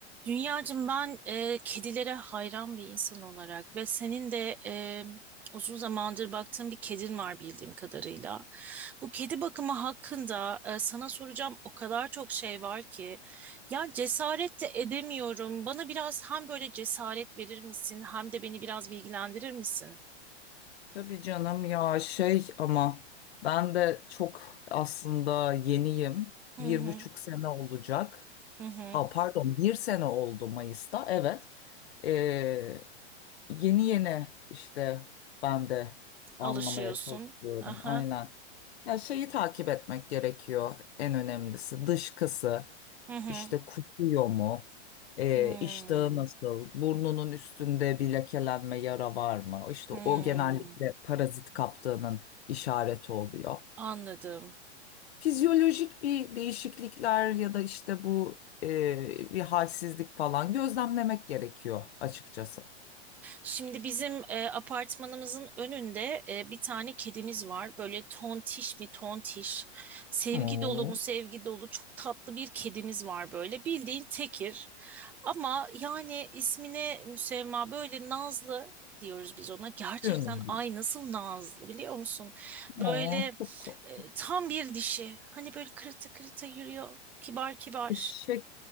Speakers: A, in the centre; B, on the left.
A: Dünyacığım ben e, kedilere hayran bir insan olarak ve senin de e, uzun zamandır baktığın bir kedin var bildiğim kadarıyla. Bu kedi bakımı hakkında e, sana soracağım o kadar çok şey var ki ya cesaret de edemiyorum. Bana biraz hem böyle cesaret verir misin hem de beni biraz bilgilendirir misin?
B: Tabii canım ya şey ama ben de çok aslında yeniyim.
A: Hı
B: Bir
A: hı
B: buçuk sene olacak.
A: hı hı
B: Aa, pardon bir sene oldu Mayıs'ta evet. Ee, yeni yeni işte ben de anlamaya
A: alışıyorsun.
B: çalışıyorum
A: Aha,
B: aynen. Ya şeyi takip etmek gerekiyor en önemlisi dışkısı.
A: hı hı.
B: İşte kusuyor mu? E,
A: Hmm,
B: iştahı nasıl? Burnunun üstünde bir lekelenme yara var mı? İşte
A: hmm.
B: o genellikle parazit kaptığının işareti oluyor.
A: Anladım.
B: Fizyolojik bir değişiklikler ya da işte bu e, bir halsizlik falan gözlemlemek gerekiyor açıkçası.
A: Şimdi bizim e, apartmanımızın önünde e, bir tane kedimiz var. Böyle tontiş mi tontiş, sevgi
B: Oo,
A: dolu mu sevgi dolu çok tatlı bir kedimiz var böyle. Bildiğin tekir ama yani ismine müsemma böyle nazlı diyoruz biz ona. Gerçekten
B: canım benim.
A: ay nasıl nazlı biliyor musun?
B: Oo,
A: Böyle
B: çok tatlı.
A: e, tam bir dişi. Hani böyle kırıta kırıta yürüyor. Kibar kibar.
B: Eşek